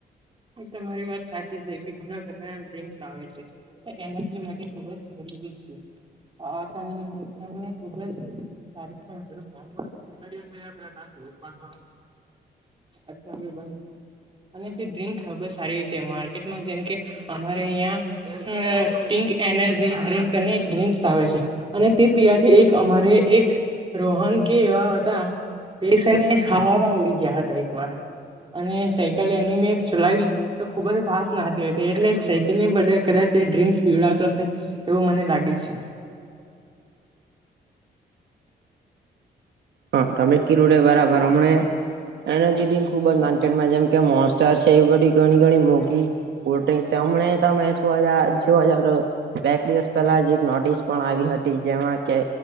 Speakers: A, on the right; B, on the right.
A: એ તમારી વાત સાચી છે કે ઘણા ડસ આવે છે એ એનર્જી માટે ખબ જ જરૂરી છે. આ તમને ખુબ જ કેટલા દિવસ પે પાઠવા અચછાી ભાઈ અને તે ડ્રિંક ખૂબ જ સારી છે માર્કેટમાં જેમ કે અમારે અહિયાં હ સ્ટિંગ એનર્જી ડ્રિંક અને એક ડ્રિંકસ આવે છે. અને તે પિયાથી એક અમારે એક રોહન કે એવા હતા. પસને હવામાં ઉડી ગયા હતા એક વાર અને સાયકલ એની મે ચલાવી તો ખુબ જ ફાસ્ટ નાતી હતી એટલે સાયકલ ની બ કદાચ ડ્રિંક્સ પીવડતો હશે. એવું મને લાગે છે.
B: હા તમે કી રડે બરાબર
A: કોણ?
B: હમ એનજી ખુબ જ માર્કેટમાં જેમ કે મોસત છે એ બધી ઘણી ઘણી મોઘીલ્ક તમેઠ હ જો હજ બે દિવસ પહેલા જ એક નોટિસ પણ આવી હતી જેમાં કે